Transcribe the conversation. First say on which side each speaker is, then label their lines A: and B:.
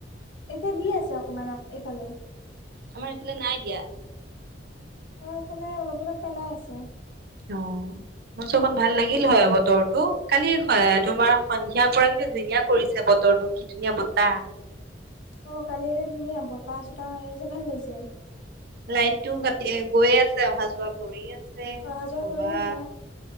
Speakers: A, on the left; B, on the right.
A: এতিয়া দি আছে অকমান এইফালে।
B: আমাৰ এইফালে নাই দিয়া।
A: আমাৰ এইফালে অলপ অলপ পেলাই আছে।
B: অ' মোৰ চোৰ অকণ ভাল লাগিল হয়, বতৰটো কালি তোমাৰ সন্ধিয়াৰ পৰা কিন্তু ধুনীয়া কৰিছে বতৰ। বতৰটো কি ধুনীয়া বতাহ।
A: অ' কালি ধনীয়া বতাহ চতাহ মাৰিছে ভাল লাগিছে।
B: লাইটটো কাটি গৈয়ে আছে, অহা যোৱা কৰিয় আছে
A: অহা
B: কি
A: যোৱা
B: কবা।
A: কৰি আছে